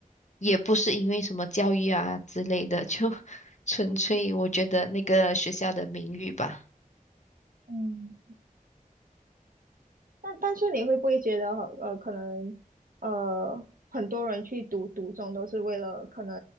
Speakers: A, on the left; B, on the right.
A: 也不是因为什么教育啊之类的，就 <laughs> 纯粹我觉得那个学校的名誉吧，
B: 嗯，但但是你会不会觉得呃，可能呃，很多人去读读中都是为了可能